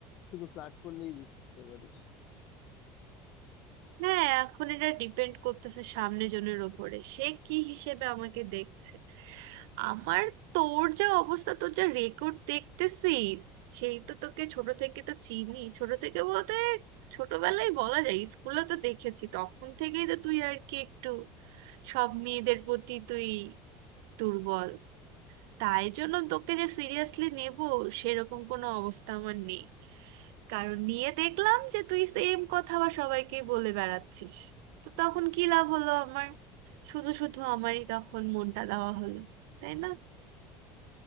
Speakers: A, on the left; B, on the right.
A: শুধু ফ্ল্যাট করলেই বুঝতে পারিস
B: হ্যাঁ এখন এটা ডিপেন্ড করতেছে সামনে জনের ওপরে সে কি হিসেবে আমাকে দেখছে আমার তোর যা অবস্থা তোর যা রেকর্ড দেখতেছি সেই তো তোকে ছোট থেকে তো চিনি ছোট থেকে বলতে ছোটবেলায় বলা যায় স্কুলে তো দেখেছি তখন থেকেই তো তুই আর কি একটু সব মেয়েদের প্রতি তুই দুর্বল তাই জন্য তোকে যে সিরিয়াসলি নেব সেরকম কোনো অবস্থা আমার নেই কারণ নিয়ে দেখলাম যে তুই সেম কথা বা সবাইকে বলে বেড়াচ্ছিস তো তখন কি লাভ হলো আমার শুধু শুধু আমারই তখন মনটা দেওয়া হলো তাই না